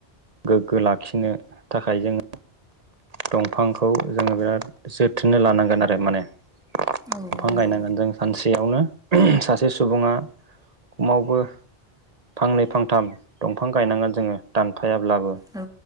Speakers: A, on the right (about 40°); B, in the centre.
A: गोग्गो लाखिनो थाखाय जोङो दंफांखौ जोङो बिराद जोथोनै लानांगोन आरो माने।
B: औ
A: दंफां
B: नंगौ
A: गायनांगोन जों सानसेयावनो सासे सुबुङा खमावबो फांनै फांथाम दंफां गायनांगोन जोङो दानफायाब्लाबो।
B: औ